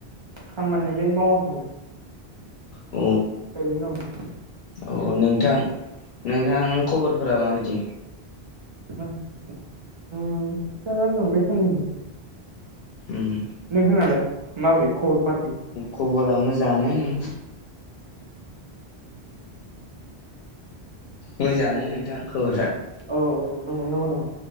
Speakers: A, on the right; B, on the left.
A: खामानिलाय मावाखै।
B: अ।
A: न <unintelligible>
B: औ नोंथां नोंथां खबरफोरा माबायदि?
A: अ थिगानो दं बे साननैजों।
B: उम।
A: नों होनालाय माबोरै खबर पाथि?
B: खबरा मोजाङानो नोंथां। मोजाङानो नोंथां खबरा।
A: औ औ नंगौ नंगौ नामा?